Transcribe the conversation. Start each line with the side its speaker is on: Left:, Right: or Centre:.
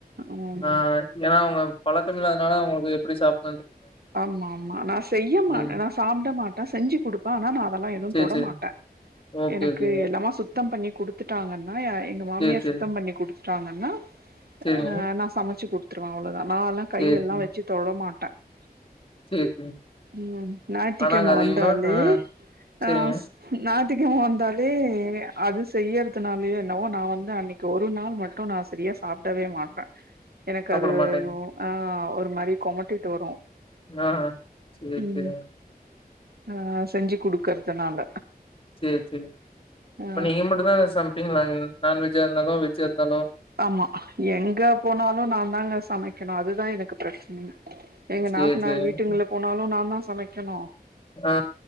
Right: ம்
Left: ஆ ஏனா அவங்க பழக்கம்மிலா என்னால உங்களுக்கு எப்டி சாப்
Right: ஆமா ஆமா நா செய்ய மாட்ட
Left: ம்.
Right: நா சாப்ட மாட்ட செஞ்சு குடுப்ப ஆனா நா அதல்லா எது
Left: சரி,
Right: தொட
Left: சரி.
Right: மாட்ட
Left: ஓகே,
Right: எனக்கு
Left: ஓகேங்க.
Right: எல்லாமா சுத்தம் பண்ணி குடுத்துட்டாங்கன் னா எங்க மாமியார்
Left: சரி, சரி.
Right: சுத்தம் பண்ணி குடுத் த்தாங்கன்னா
Left: செரிங்க
Right: அ நா சமச்சு குடுத் துருவ அவ்ளோதா நால்லா
Left: சேரி
Right: கையெல்லா
Left: சேரி
Right: வெச்சு தொடமாட் ட்ட
Left: சேரி சேரி
Right: ம் ஞாயித்துகெழம
Left: ஆனாங்க அதிகமா
Right: வந்தாலே
Left: ஆ
Right: ஆ
Left: செரிங்க
Right: நான் ஞாயித்துக்கெழம வந்தாலே அது செய்யறதுனாலயே என்னவோ நா வந்து அன்னைக்கு ஒரு நாள் மட்டு நா செரியா சாப்டவே மாட்ட எனக்கு
Left: சாப்ட
Right: அது
Left: மாட்டேங்க
Right: ஆ அவ் ஒரு மாரி கொமட்டிட்டு வரு
Left: ஆ ஆ சேர்
Right: ம்
Left: சேரிங்க
Right: ஆ செஞ்சு குடுக்கறதுனால
Left: சேர் சேரிங்க
Right: ஆ
Left: இப்ப நீங்க மட்டுந்தா சமப்பீங்களா நான்வெஜ்ஜா இருந்தாலு வெஜ்ஜா இருந்தாலு
Right: ஆம்மா எங்க போனாலு நாதாங்க சமைக்கணு அதுதா எனக் க்கு பிரச்சனையே எங்க
Left: சேரி
Right: நாத்தனார்
Left: சேரிங்க
Right: வீட்டுங்களு போனாலு நாந்தாஸ் சமைக்கணு
Left: ஆ